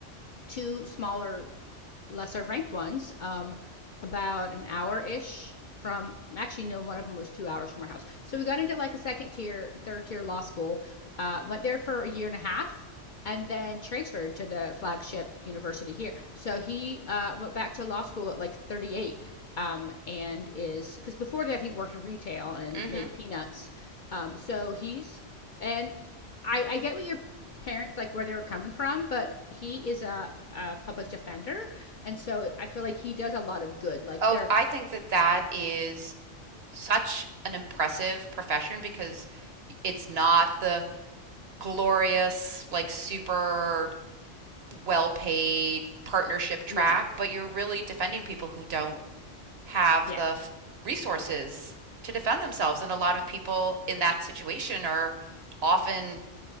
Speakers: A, on the left; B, on the right.
A: two smaller lesser ranked ones um, about an hour ish from actually no one of them was two hours from our house so we got into like a second tier third tier law school uh, went there for a year and a half and then transferred to the flagship university here so he uh, went back to law school at like 38 um, and is because before that he worked in retail and
B: mm
A: made
B: Mhm.
A: peanuts um, so he's and I, I get what you're parents like where they were coming from, but he is a, a public defender, and so I feel like he does a lot of good. Like
B: Oh,
A: they're
B: I think that that is such an impressive profession because it's not the glorious, like super well-paid partnership track,
A: yeah,
B: but you're really defending people who don't have
A: yeah,
B: the f- resources
A: yeah,
B: to defend themselves. And a lot of people in that situation are often